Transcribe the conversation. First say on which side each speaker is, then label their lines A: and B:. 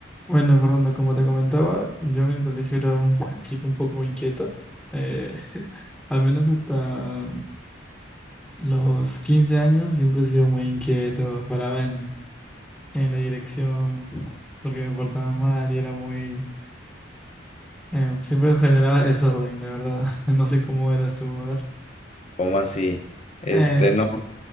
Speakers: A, in the centre; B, on the left.
A: Bueno, Fernando, como te comentaba, yo en el colegio era un <laughs> chico un poco inquieto. Eh, al menos hasta los 15 años siempre he sido muy inquieto. Paraba en, en la dirección porque me portaba mal y era muy... eh, siempre generaba desorden, la verdad. <laughs> No sé cómo eras tú, a ver.
B: ¿Cómo así? Este,
A: Eh,
B: no,